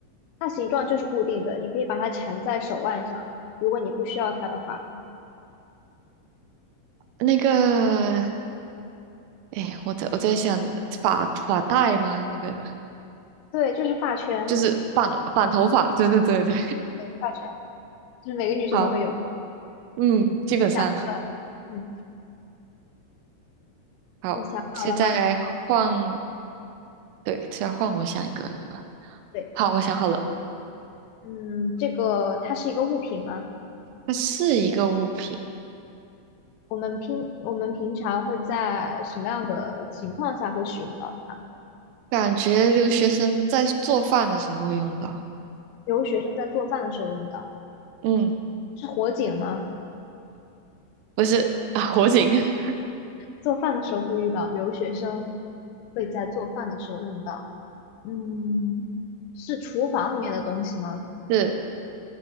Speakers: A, on the left; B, on the right.
A: 它形状就是固定的，你可以把它缠在手腕上，如果你不需要它的话。
B: 那个，哎，我在我在想发发带吗？那个。
A: 对，就是发圈，
B: 就是绑绑头发，对对对对，
A: 发圈就是每个女生都会有。
B: 好，嗯，基本上
A: 想，嗯，
B: 好，
A: 你想好了吗？
B: 现在换，对，现在换我想一个，对吧？
A: 对，
B: 好，我想好了，
A: 嗯，这个它是一个物品吗？
B: 它是一个物品，
A: 我们平我们平常会在什么样的情况下会使用到它？
B: 感觉留学生在做饭的时候会用到，
A: 留学生在做饭的时候用到，
B: 嗯，
A: 是火警吗？
B: 不是啊，火警 <laughs>
A: 做饭的时候会遇到，留学生会在做饭的时候用到。嗯，是厨房里面的东西吗？
B: 是